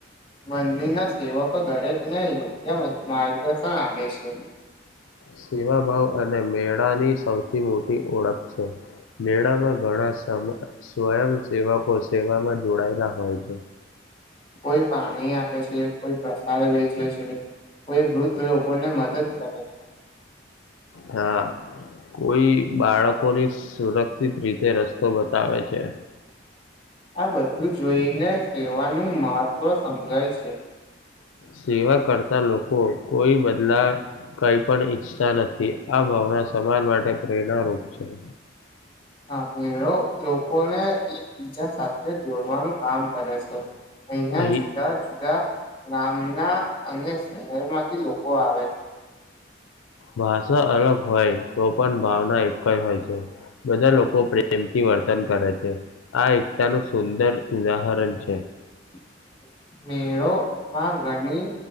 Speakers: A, on the left; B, on the left.
A: મંદિરના સેવકો દરેકને યોગ્ય મ માર્ગદર્શન આપે છે.
B: સેવાભાવ અને મેળાની સૌથી મોટી ઓળખ છે મે ળામાં ઘણા સમ સ્વયંસેવકો સેવામાં જોડાયેલા હોય છે.
A: કોઈ પાણી આપે છે, કોઈ પ્રસાદ વે ચે છે, કોઈ વૃદ્ધ લોકોને મદદ કરે છે.
B: હા કોઈ બાળકોની સુરક્ષિત રીતે રસ્તો બતાવે છે.
A: આ બધું જોઈને સેવાનું મહત્ત્વ સમજાય છે.
B: સેવા કરતા લોકો કોઈ બદલા. કઈ પણ ઈચ્છતા નથી આ ભાવના સમાજ માટે પ્રેરણા રૂપ છે.
A: હા મેળો લોકોને એકબીજા સાથે જોડવાનું કામ કરે છે. અહિયાં
B: અહીં
A: જુદા જુદા ગામના. અને શહેર માંથી લોકો આવે છે.
B: ભાષા અલગ હોય તો પણ ભાવના એક જ હોય છે. બધા લોકો પ્રેમથી વર્તન કરે છે, આ એકતાનું સુંદર ઉદાહરણ છે.
A: <inaudible> મેળો માં ઘણી